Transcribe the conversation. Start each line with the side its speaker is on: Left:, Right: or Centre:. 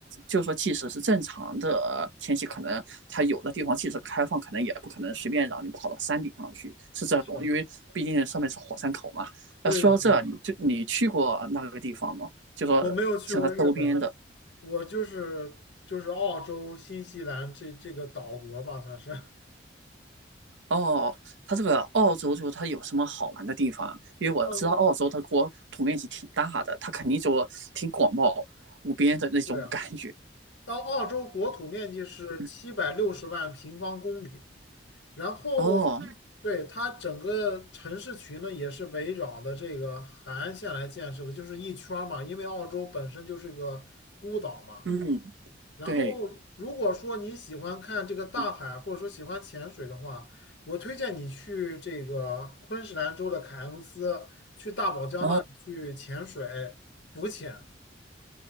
Right: 就是说即使是正常的天气，可能它有的地方即使开放，可能也不可能随便让你跑到山顶上去，是这种。
Left: 是
Right: 因为毕竟上面是火山口嘛。
Left: 对，
Right: 那说到这儿你就你去过那个地方吗？
Left: 是的，
Right: 就说像它周边的
Left: 我没有去过日本，我就是就是澳洲、新西兰这这个岛国吧，算是，
Right: 哦，它这个澳洲就它有什么好玩的地方啊？因为我知道澳洲它国土面积挺大的，
Left: <laughs> 嗯，
Right: 它肯定就挺广袤无边的那种感觉。
Left: 是呀，澳澳洲国土面积是七百六十万平方公里，
Right: 嗯
Left: 然后
Right: 哦，
Left: 对它整个城市群呢也是围绕的这个海岸线来建设的，就是一圈儿嘛，因为澳洲本身就是个孤岛嘛。
Right: 嗯，
Left: 然后，
Right: 对，
Left: 如果说你喜欢看这个大海，
Right: 嗯，
Left: 或者说喜欢潜水的话，我推荐你去这个昆士兰州的凯恩斯，去大堡礁那里去潜水、
Right: 哦，
Left: 浮潜。